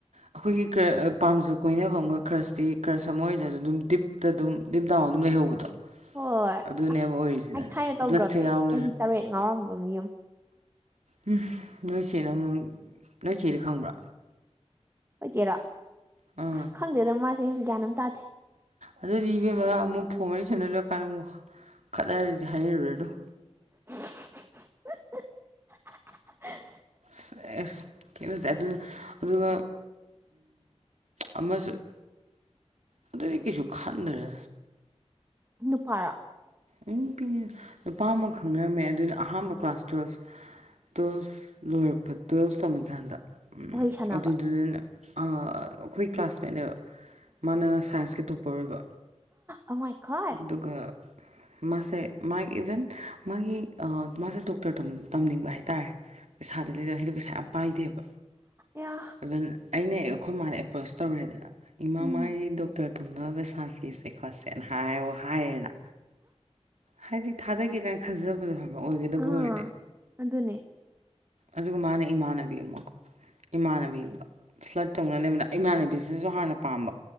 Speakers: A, on the right (about 80°); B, on the right (about 20°).
A: ꯑꯩꯈꯣꯏꯒꯤ ꯄꯥꯝꯖ ꯀꯣꯏꯅꯕ ꯑꯃꯒ ꯀ꯭ꯔꯁꯇꯤ ꯀ꯭ꯔꯁ ꯑꯃ ꯑꯣꯏꯗꯁꯨ ꯑꯗꯨꯝ ꯗꯤꯞꯇ ꯑꯗꯨꯝ ꯗꯤꯞ ꯗꯥꯎꯟ ꯑꯗꯨꯝ ꯂꯩꯍꯧꯕꯗꯣ
B: ꯍꯣꯏ
A: ꯑꯗꯨꯅꯦꯕ
B: ꯑꯁ
A: ꯑꯣꯏꯔꯤꯁꯤꯅ
B: ꯑꯩ ꯊꯥꯏꯅ ꯇꯧꯈ꯭ꯔꯕꯅꯦ
A: ꯕ꯭ꯂꯠꯁꯦ ꯌꯥꯎ
B: ꯆꯍꯤ ꯇꯔꯦꯠ ꯉꯥꯎꯔꯝꯕ ꯃꯤ ꯑꯃ
A: ꯎꯝ ꯅꯣꯏ ꯆꯦꯅ ꯑꯃꯨꯛ ꯅꯣꯏ ꯆꯦꯗ ꯈꯪꯕ꯭ꯔꯥ
B: ꯍꯆꯦꯔꯣ
A: ꯑꯥ
B: ꯑꯁ ꯈꯪꯗꯦꯗ ꯃꯥꯁꯦ ꯒ꯭ꯌꯥꯟ ꯑꯃꯝ ꯇꯥꯗꯦ
A: ꯑꯗꯨꯗꯤ ꯏꯕꯦꯝꯃ ꯑꯃꯨꯛ ꯐꯣꯡ ꯃꯔꯤ ꯁꯅ ꯂꯣꯏꯀꯥꯟꯗꯕꯨ ꯈꯂꯔꯗꯤ ꯍꯥꯏꯔꯨꯔꯗꯨꯣ
B: <unintelligible>
A: ꯁꯦ ꯑꯗꯨꯅ ꯑꯗꯨꯒ ꯑꯃꯁꯨꯡ ꯑꯗꯨꯗꯒꯤ ꯀꯩꯁꯨ ꯈꯟꯗꯔ
B: ꯅꯨꯄꯥꯔ
A: ꯎ ꯅꯨ ꯅꯨꯄꯥ ꯑꯃ ꯈꯪꯅꯔꯝꯃꯦ ꯑꯗꯨꯅ ꯑꯍꯥꯟꯕ ꯀ꯭ꯂꯥꯁ ꯇꯨꯋꯦꯜꯐ ꯇꯨꯋꯜꯐ ꯂꯣꯏꯔꯛꯄ ꯇꯨꯌꯦꯜꯐ ꯇꯝꯃꯤꯀꯥꯟꯗ
B: ꯋꯥꯔꯤ ꯁꯥꯟꯅꯕ
A: ꯑꯗꯨꯗꯨꯗꯅꯦ ꯑꯩꯈꯣꯏ ꯀ꯭ꯂꯥꯁꯃꯦꯠꯅꯦꯕ ꯃꯥꯅ ꯁꯥꯏꯟꯁꯀꯤ ꯇꯣꯞꯄꯔ ꯑꯣꯏꯕ
B: ꯑꯃꯣꯏ ꯈ
A: ꯑꯗꯨꯒ ꯃꯥꯁꯦ ꯃꯥꯒꯤ ꯏꯚꯦꯟ ꯃꯥꯒꯤ ꯃꯥꯁꯦ ꯗꯣꯛꯇꯔ ꯇꯝꯅꯤꯡꯕ ꯍꯥꯏꯇꯥꯔꯦ ꯄꯩꯁꯥꯗ ꯂꯩꯗꯔꯗꯤ ꯄꯩꯁꯥ ꯌꯥꯝꯝ ꯄꯥꯏꯗꯦꯕ
B: ꯌꯥ
A: ꯏꯚꯟ ꯑꯩꯅ ꯑꯩꯈꯣꯏ ꯃꯥꯅ ꯑꯦꯄ꯭ꯔꯣꯁ ꯇꯧꯔꯦꯗꯅ ꯏꯃꯥ
B: ꯎꯝ
A: ꯃꯥꯥꯏ ꯗꯣꯛꯇꯔ ꯇꯨꯝꯅ ꯄꯩꯁꯥ ꯐꯤꯁꯦ ꯈꯣꯠꯁꯦꯅ ꯍꯥꯏꯌ ꯍꯥꯏꯌꯦꯅ ꯍꯥꯏꯗꯤ ꯊꯥꯗꯒꯦ ꯀꯥꯏꯅ ꯈꯟꯖꯕꯗꯣ ꯍꯥꯏꯕ ꯑꯣꯏꯒꯗꯕ
B: ꯑꯥ
A: ꯑꯣꯏꯔꯗꯤ
B: ꯑꯗꯨꯅꯦ
A: ꯑꯗꯨꯒ ꯃꯥꯅ ꯏꯃꯥꯟꯅꯕꯤ ꯑꯃꯀꯣ ꯏꯃꯥꯟꯅꯕꯤ ꯑꯃꯒ ꯐ꯭ꯂꯠ ꯇꯧꯅ ꯂꯩꯕꯗ ꯏꯃꯥꯟꯅꯕꯤꯁꯤꯅꯁꯨ ꯍꯥꯟꯅ ꯄꯥꯝꯕ